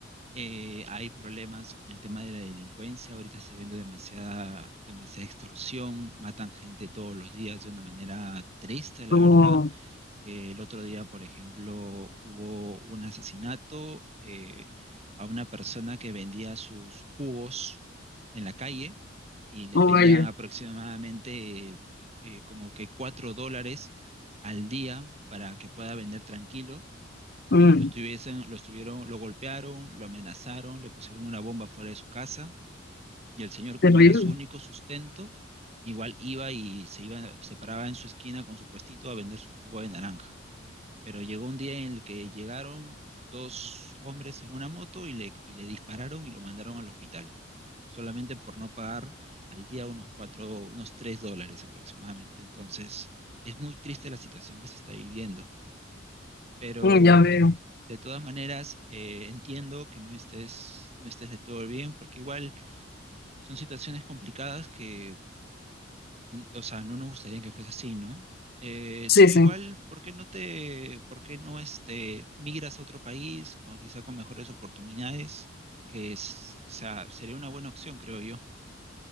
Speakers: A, on the right; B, on the left.
A: Eh, hay problemas en el tema de la delincuencia, ahorita está habiendo demasiada, demasiada extorsión, matan gente todos los días de una manera triste, la
B: como,
A: verdad. Eh, el otro día, por ejemplo, hubo un asesinato eh, a una persona que vendía sus jugos en la calle y le
B: oh
A: pedían
B: vaya,
A: aproximadamente eh, eh, como que cuatro dólares al día para que pueda vender tranquilo
B: mm,
A: y lo estuviesen, lo estuvieron, lo golpearon, lo amenazaron, le pusieron una bomba fuera de su casa, y el señor, como
B: terrible,
A: era su único sustento, igual iba y se iba, se paraba en su esquina con su puestito a vender su jugo de naranja. Pero llegó un día en el que llegaron dos hombres en una moto y le, y le dispararon y lo mandaron al hospital, solamente por no pagar al día unos cuatro, unos tres dólares aproximadamente. Entonces, es muy triste la situación que se está viviendo. Pero
B: Mm, ya veo,
A: de todas maneras, eh, entiendo que no estés, no estés de todo bien, porque igual son situaciones complicadas que, o sea, no nos gustaría que fuese así, ¿no? Eh,
B: sí,
A: tú
B: sí.
A: igual, ¿por qué no te, por qué no este, migras a otro país, o quizá con mejores oportunidades? Que es, o sea, sería una buena opción, creo yo.